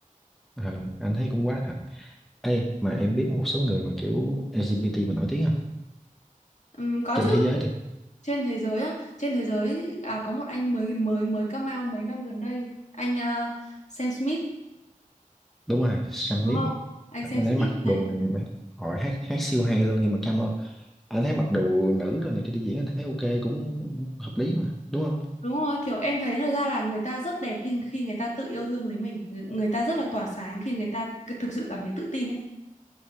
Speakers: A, in the centre; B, on the left.
A: ờ, anh thấy cũng quá thật Ê mà em biết một số người mà kiểu LGBT mà nổi tiếng không
B: Ừm, có
A: trên
B: chứ
A: thế giới đi
B: trên thế giới á trên thế giới à có một anh mới mới mới come out mấy năm gần đây anh à, Sam Smith
A: đúng rồi Sam
B: đúng
A: Smith
B: không anh
A: anh
B: Sam Smith
A: ấy mặc
B: này
A: đồ này mà hỏi hát hát siêu hay luôn nhưng mà cam ơn anh thấy mặc đồ nữ rồi này cái đi diễn anh thấy ok cũng hợp lý mà đúng không
B: đúng rồi kiểu em thấy thật ra là người ta rất đẹp khi khi người ta tự yêu thương lấy mình người, người ta rất là tỏa sáng khi người ta thực sự cảm thấy tự tin ấy